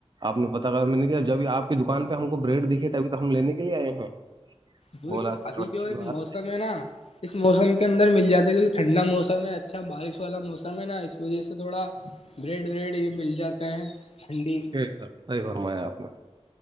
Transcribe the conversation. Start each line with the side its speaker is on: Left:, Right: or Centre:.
Right: آپ نے پتا کہ میں نے جب آ کی دکان پہ ہم کو بریڈ دکھے ابھی تو ہم لینے کے لیے آئے ہیں
Left: وہی
Right: بولا
Left: تو
Right: چلو
Left: ابھی
Right: اچھی
Left: جو یہ
Right: بات
Left: موسم ہے نا اس موسم کے اندر مل جاتا ہے کیونکہ ٹھنڈا موسم ہے اچھا بارش والا موسم ہے نا اس وجہ سے تھوڑا بریڈ وریڈ یہ مل جاتا ہے ٹھنڈی
Right: بے صحیح فرمایا آپ نے